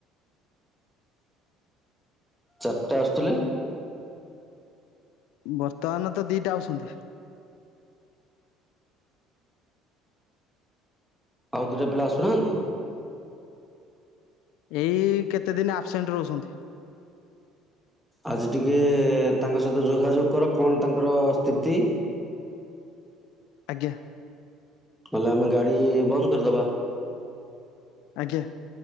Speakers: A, in the centre; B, on the left (about 80°).
A: ଚାରିଟା ଆସୁଥିଲେ।
B: ବର୍ତ୍ତମାନ ତ ଦିଟା ଆଉଛନ୍ତି।
A: ଆଉ ଦୁଟା ପିଲା ଆସୁନାହାନ୍ତି?
B: ଏଇ କେତେ ଦିନ ଆବସେଣ୍ଟ ରହୁଛନ୍ତି।
A: ଆଜି ଟିକେ ତାଙ୍କ ସହିତ ଯୋଗାଯୋଗ କର କଣ ତାଙ୍କର ସ୍ଥିତି। <inaudible>
B: ଆଜ୍ଞା।
A: ନହେଲେ ଆମେ ଗାଡି ବନ୍ଦ କରିଦବା।
B: ଆଜ୍ଞା।